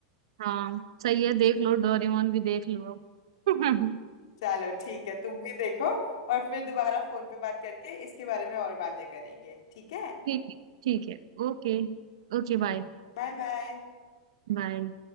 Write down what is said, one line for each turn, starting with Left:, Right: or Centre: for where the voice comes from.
Right: हाँ सही है देख लो डोरेमोन भी देख लो <laughs> ठीक
Left: चलो ठीक है तुम भी देखो और फिर दोबारा फोन पे बात करके इसके बारे में और बातें करेंगे ठीक है
Right: ठीक है ठीक है ओके Okay bye
Left: Bye bye
Right: बाय